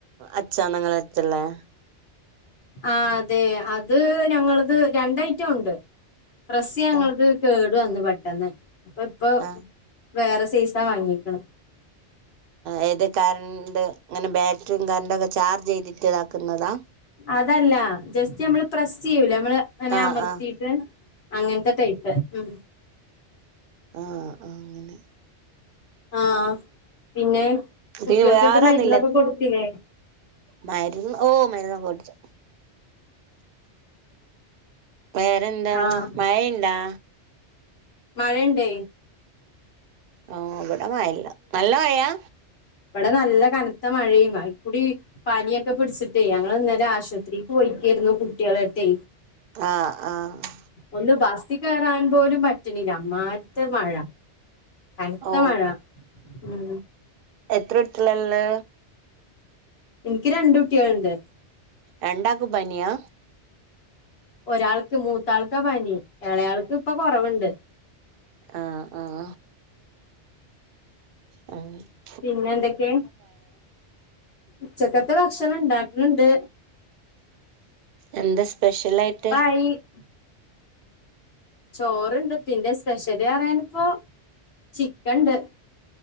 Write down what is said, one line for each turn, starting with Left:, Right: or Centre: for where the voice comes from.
Right: അച്ചാണോ ഇങ്ങളെ അടുത്തുള്ളെ
Left: ആഹ് അതെ അത് ഞങ്ങളത് രണ്ട് ഐറ്റം ഉണ്ട് പ്രസ്സ് ഞങ്ങള്ത്
Right: ആഹ്
Left: കേടു വന്ന് പെട്ടെന്ന് അപ്പൊ ഇപ്പൊ
Right: ആഹ്
Left: വേറെ സൈസാ വാങ്ങിക്ക്ണെ
Right: ഏത് കറണ്ട് ഇങ്ങനെ ബാറ്ററിയും കറണ്ടൊക്കെ ചാർജ് ചെയ്തിട്ട് ഇതാക്കുന്നതാ
Left: അതല്ല ജസ്റ്റ് നമ്മള് പ്രസ്സ് ചെയ്യൂലെ നമ്മള് ഇങ്ങനെ
Right: ആഹ്
Left: അമർത്തിയിട്ട്
Right: ആഹ്
Left: അങ്ങനത്തെ ടൈപ്പ് ഉം
Right: ആഹ് അങ്ങനെ
Left: ആഹ പിന്നെ കുട്ടികൾക്ക്ട്ട്
Right: പിന്നെ വേറെന്നുല്ല
Left: മരുന്നൊക്കെ കൊടുത്തില്ലേ?
Right: മരുന്ന് ഓ മരുന്നൊക്കെ കൊടുത്തു. വേറെന്താ
Left: ആഹ്
Right: മഴയിണ്ടാ?
Left: മഴയ്ണ്ടെ.
Right: ഓ ഇവടെ മഴ ഇല്ല. നല്ല മഴയാ?
Left: ഇവടെ നല്ല കനത്ത മഴയും അയ്ക്കൂടി പനിയൊക്കെ പിടിച്ചി ഞങ്ങൾ ഇന്നലെ ആശുപത്രിക്ക് പോയിക്കായിരുന്നു കുട്ട്യാളെയിറ്റ്.
Right: ആഹ ആഹ
Left: ഒന്ന് ബസിൽ കയറാൻ പോലും പറ്റണില്ല അമ്മായിരത്തെ മഴ ക കനത്ത
Right: ഓ
Left: മഴ. മ്
Right: എത്ര കുട്ട്ളള്ളത്
Left: എനിക്ക് രണ്ട കുട്ടികളുണ്ട്.
Right: രണ്ടാക്കും പനിയാ?
Left: ഒരാൾക്ക് മൂത്താൾക്കാ പനി. ഏളയാൾക്ക് ഇപ്പൊ കൊറവ്ണ്ട്.
Right: ആഹ ആഹ അ <unintelligible>
Left: പിന്നെ എന്തൊക്കെ? ഉച്ചക്കത്തെ ഭക്ഷണം ഇണ്ടാക്ക്ണ്ട്.
Right: എന്താ സ്പെഷ്യലായിട്ട്?
Left: <unintelligible> ചോറുണ്ട്. പിന്നെ സ്പെഷ്യൽ പറയാനിപ്പോ ചിക്കൻ ഇണ്ട്.